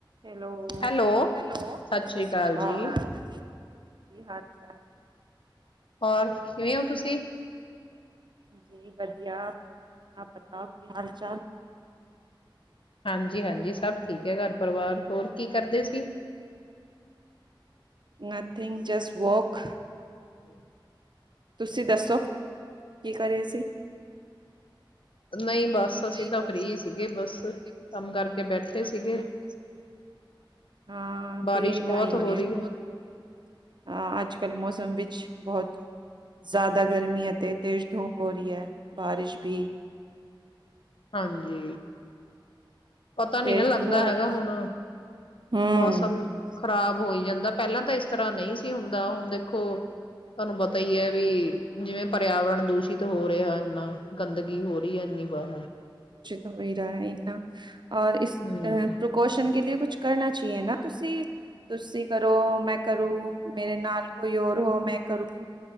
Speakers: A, on the right (about 60°); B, on the left (about 85°).
A: Hello,
B: hello,
A: hello
B: ਸਤਿ
A: ਸਤ
B: ਸ੍ਰੀ ਅਕਾਲ
A: ਸ਼੍ਰੀ ਕਾਲ
B: ਜੀ,
A: ਜੀ। ਕੀ ਹਾਲ ਚਾਲ ਹੈ?
B: ਹੋਰ ਕਿਵੇਂ ਔ ਤੁਸੀਂ?
A: ਜੀ ਵਧੀਆ। ਆਪ ਬਤਾਓ ਕੀ ਹਾਲ ਚਾਲ?
B: ਹਾਂਜੀ ਹਾਂਜੀ, ਸਭ ਠੀਕ ਹੈ ਘਰ ਪਰਿਵਾਰ, ਹੋਰ ਕੀ ਕਰਦੇ ਸੀ?
A: Nothing just walk.
B: <inaudible>
A: ਤੁਸੀਂ ਦੱਸੋ, ਕੀ ਕਰ ਰੇ ਸੀ?
B: ਨਹੀਂ ਬਸ ਅਸੀਂ
A: ਨਹੀਂ
B: ਤਾਂ
A: ਬਸ
B: ਫ੍ਰਰੀ
A: ਅਸੀ
B: ਸੀਗੇ
A: ਤਾਂ ਫ੍ਰੀ
B: ਬਸ।
A: ਸੀਗੇ, ਬਸ
B: ਕੰਮ
A: ਕਮ
B: ਕਰਕੇ ਬੈਠੇ
A: ਕਰਕੇ
B: ਸੀਗੇ,
A: ਬੈਠੇ ਸੀਗੇ, ਹਾਂ ਫ੍ਰੀ
B: ਬਾਰਿਸ਼ ਬਹੁਤ
A: ਟਾਇਮ ਏ,
B: ਹੋ
A: ਬਾਰਿਸ਼
B: ਰਹੀ
A: ਬੌਤ
B: ਹੈ,
A: ਹੋ ਰੀ ਏ, ਹਾਂ, ਅੱਜ-ਕਲ ਮੌਸਮ ਵਿਚ ਬਹੌਤ ਜੈਦਾ ਗਰਮੀ ਹੈ ਤੇ ਤੇਜ਼ ਧੂੰਪ ਹੋ ਰੀ ਹੈ ਬਾਰਿਸ਼ ਭੀ।
B: ਹਾਂਜੀ। ਪਤਾ ਨ੍ਹੀਂ
A: ਤੇਜ਼
B: ਨਾ ਲੱਗਦਾ
A: ਧੂਪ
B: ਹੈਗਾ ਹੁਣ,
A: ਹਮ
B: ਮੌਸਮ ਖ਼ਰਾਬ
A: ਜਿਵੇਂ
B: ਹੋ ਈ ਜਾਂਦਾ ਪੈਲਾਂ ਤਾਂ ਇਸ ਤਰ੍ਹਾਂ ਨਹੀਂ ਸੀ ਹੁੰਦਾ। ਹੁਣ, ਦੇਖੋ ਤੁਵਾਨੂੰ ਪਤ ਤਈ ਹੈ ਵੀ ਜਿਵੇਂ ਪਰਿਆਵਰਨ ਦੂਸ਼ਿਤ ਹੋ ਰਿਹਾ ਇੰਨਾ ਗੰਦਗੀ ਹੋ ਰੀ ਐ ਇਨੀ ਬਾਹਰ।
A: ਹੋ ਹੀ ਰਾ ਐ ਇੰਨਾ। ਔਰ ਇਸ
B: ਹੂੰ,
A: ਅ ਪ੍ਰਕੋਸ਼ਨ ਕੇ ਲਿਏ ਕੁਛ ਕਰਨਾ ਚਾਹੀਏ ਨਾ ਤੁਸੀਂ, ਤੁਸੀਂ ਕਰੋ ਮੈਂ ਕਰੂ ਮੇਰੇ ਨਾਲ ਕੋਈ ਹੋਰ ਹੋ ਮੈਂ ਕਰੂੰ।